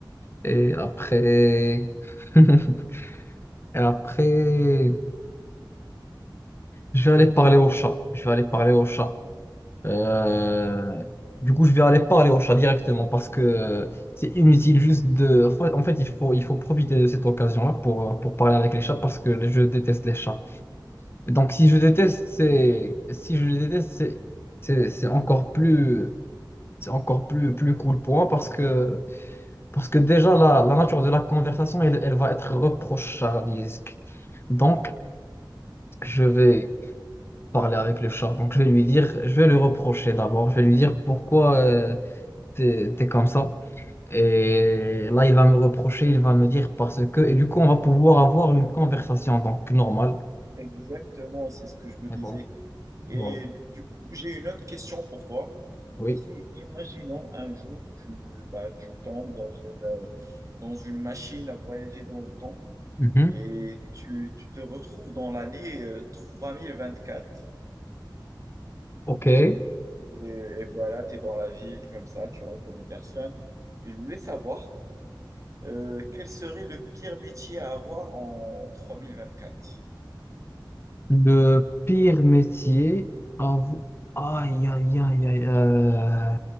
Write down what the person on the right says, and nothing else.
Oui,
exactement, c'est ce que je me
disais.
Et
du coup, j'ai une autre question pour toi.
Si, imaginons un jour, tu, bah, tu tombes dans une, euh, dans une machine à voyager dans le temps
et tu, tu te retrouves dans l'année euh, 3024.
Et, et voilà, tu es dans la ville comme ça, tu reconnais personne. Et je voulais savoir euh, quel serait le pire métier à avoir en 3024.